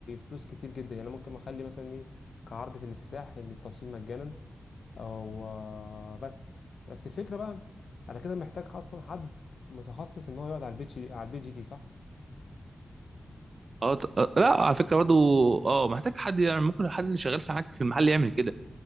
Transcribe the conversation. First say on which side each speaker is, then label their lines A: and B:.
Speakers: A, on the left (about 75°); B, on the right (about 45°).
A: فلوس كتير جدا يعني ممكن اخلي مثلا ايه كعرض في الافتتاح ان التوصيل مجانا او بس بس الفكره بقى انا كده محتاج اصلا حد متخصص ان هو يقعد على البيتش دي على البيتش دي صح
B: اه ط- آه، لا على فكره برضو اه محتاج حد يعني ممكن حد اللي شغال في حاجه في المحل يعمل كده